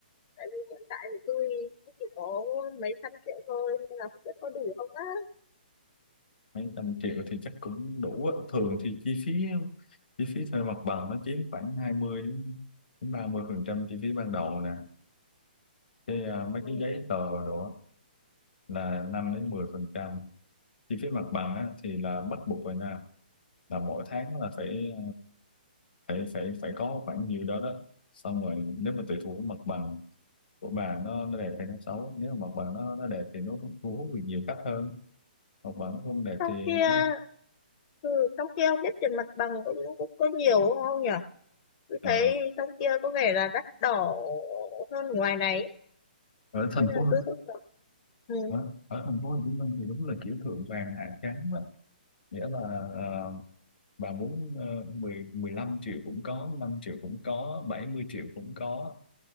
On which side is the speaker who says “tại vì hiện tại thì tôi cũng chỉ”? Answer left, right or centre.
Left